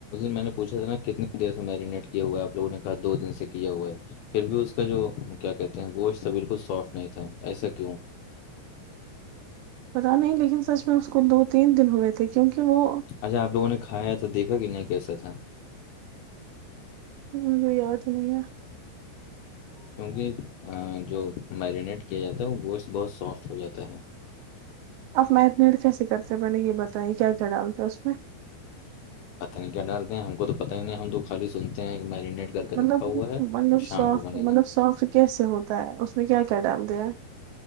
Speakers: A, on the left; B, on the right.
A: میں نے پوھا تھا نا کتنی دیر سے میرینیٹ کیا ہوا آپوگوں نے کہ دو دن سے کیا ہوا ہے پھر بھی اس کا جو کیا کہتے ہیں گوشت تھا بالکل سافٹ نہیں تھا ایسا کیوں
B: پتا نہیں لیکن سچ میں اس کو دو تین دن ہوئے تھے کیونکہ وہ
A: اچھا آپ لوگوں نے کھایا تو دھا کہ نہیں کیسا تھاا
B: م جو یاد نہیںیا
A: کیونکہ جو میرینیٹ کیا جاتا ہے گوس بہت سافٹ ہو جاتا ہے
B: آپ میتنیڈ کیسے کرتے ہیں میں نے یہ بتائیے کیا کیا ڈالتے ہیں اس میں
A: پتہ نہیں کیا ڈالتے ہیں ہم کو تو پت ہی نہیں ہم تو خالی سنتے ہیں ایک میرینیٹ کر کے
B: مطلب
A: رکھا ہوا ہے اور
B: مطلب
A: شام
B: سافٹ
A: کو بنے گا
B: مطلب سافٹ کیسے ہوتا ہے اس میں کیا کیا ڈالتے ہیں